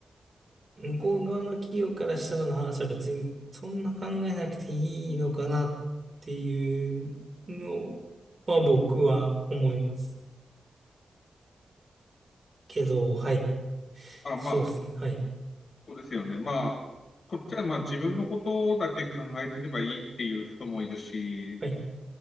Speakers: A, on the right (about 35°); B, on the left (about 55°).
A: 向こう側の企業からしたらの話は別に、そんな考えなくていいのかなっていうのは僕は思います。けど、はい、
B: あ、
A: そうですね、
B: まあ、
A: はい。
B: そうですよね。まあ、こっちはまあ自分のことだけ考えてればいいっていう人もいるし、
A: はい。